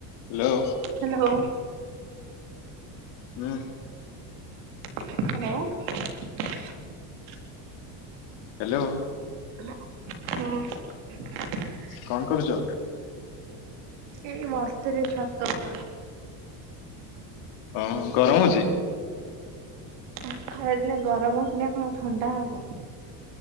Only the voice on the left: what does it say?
<inaudible> Hello.
ହୁଁ।
Hello‌.
କଣ କରୁଚ?
ଉଁ ଗରମ ହଉଚି।